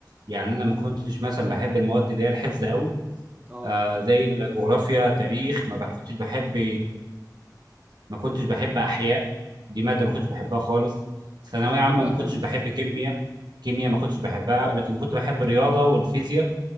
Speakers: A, on the right; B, on the right.
A: يعني انا ما كنتش مثلا بحب المواد اللي هي الحفظ قوي
B: اه
A: آه زي الجغرافيا تاريخ ما بقى- كنتش بحب ما كنتش بحب احياء دي ماده ما كنتش بحبها خالص ثانويه
B: عشان
A: عامه
B: كلها
A: ما
B: حفظ
A: كنتش بحب كيمياء كيمياء ما كنتش بحبها لكن كنت بحب الرياضه والفيزياء